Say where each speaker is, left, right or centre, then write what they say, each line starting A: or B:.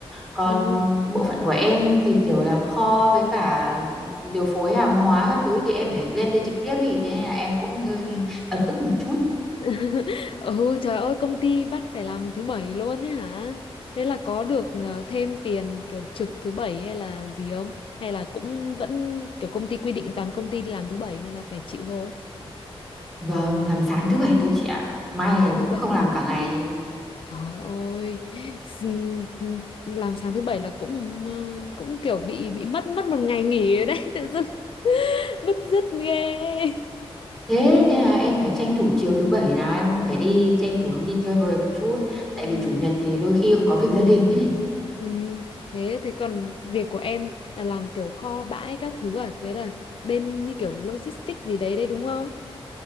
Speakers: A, in the centre; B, on the left.
A: còn
B: Ừ.
A: bộ phận của em thì kiểu làm kho với cả điều phối hàng hóa các thứ thì em phải lên đây trực tiếp ý thế nên là em cũng hơi ấm ức một chút
B: <laughs> Ừ trời ơi công ty bắt phải làm thứ bảy luôn ấy hả? Thế là có được ờ, thêm tiền kiểu trực thứ bảy hay là gì không? Hay là cũng vẫn kiểu công ty quy định toàn công ty đi làm thứ bảy nên là phải chịu thôi.
A: vâng làm sáng thứ bảy thôi chị ạ mai
B: Sáng
A: là
B: thứ
A: cũng
B: bảy.
A: không làm cả ngày
B: Trời ơi, s- làm sáng thứ bảy là cũng ờ, cũng kiểu bị bị mất mất một ngày nghỉ ở đấy <laughs> tự dưng bứt rứt ghê.
A: Thế thế là em phải tranh thủ chiều thứ bảy nào em cũng phải đi tranh thủ em đi chơi bời một chút tại
B: Ừ,
A: vì chủ nhật thì đôi khi cũng có việc gia đình ấy.
B: ừ, thế thì còn việc của em là làm kiểu kho bãi các thứ à, thế là bên như kiểu logistics gì đấy đấy đúng không?